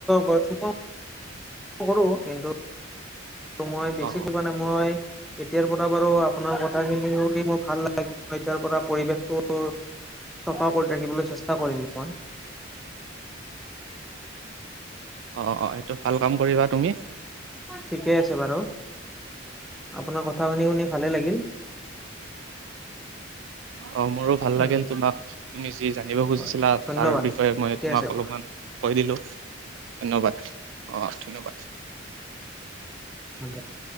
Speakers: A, in the centre; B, on the right (about 70°).
A: গছ ৰোপণ কৰো কিন্তু ত' মই বেছিকৈ
B: অ অ
A: মানে মই এতিয়াৰ পৰা বাৰু আপোনাৰ কথাখিনি শুনি মোৰ ভাল লাগিল, এতিয়াৰ পৰা পৰিৱেশটো চফা কৰি ৰাখিবলৈ চেষ্টা কৰিম মই।
B: অ', অ', অ', সেইটো ভাল কাম কৰিবা তুমি।
A: ঠিকেই আছে বাৰু। আপোনাৰ কথা শুনি শুনি ভালে লাগিল।
B: অ', মোৰো ভাল লাগিল
A: উম,
B: তোমাক তুমি যি জানিব খুজিছিলা
A: হয়
B: তাৰ
A: ধন্যবাদ
B: বিষয়ে মই
A: ঠিকে
B: তোমাক
A: আছে।
B: অলপমান কৈ দিলো ধন্যবাদ অ', ধন্যবাদ।
A: <unintelligible>